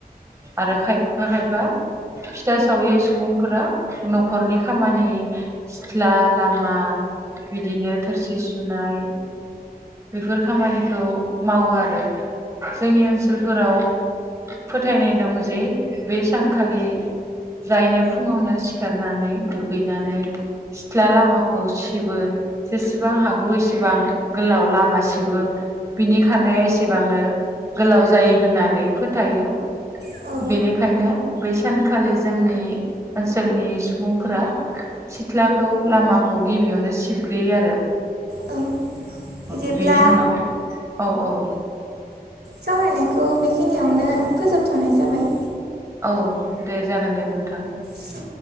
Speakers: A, on the right; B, on the right.
A: आरो खायफा खायफा फिथा सावि सुबुंफोरा न'खरनि खामानि सिथ्ला लामा बिदिनो थोरसि सुनाय बेफोर खामानिखौ मावो आरो जोंनि ओनसोलफोराव फोथायनाय दं जे बे सानखालि जायनो फुङावनो सिखारनानै दुगैना नै जेसिसिथ्ला लामाखौ सिबो सेबां हागौ इसेबां गोलाव लामा सिबो बिनिखानाय एसेबांनो गोलाव लाव जायो होननानै फोथायो
B: औ
A: बेनिखायनो बै सानखालि जोंनि ओनसोलनि सु बुंफोरा सिथ्लाखौ लामाखौ गिबियावनो सिबग्रोयो आरो
B: औ बिदिब्ला
A: औ बेनि उनाव औ औ
B: सावरायनायखौ बेखिनियावनो फोजोबथ'नाय जाबाय
A: औ दे जागोन दे नोंथां
B: ओ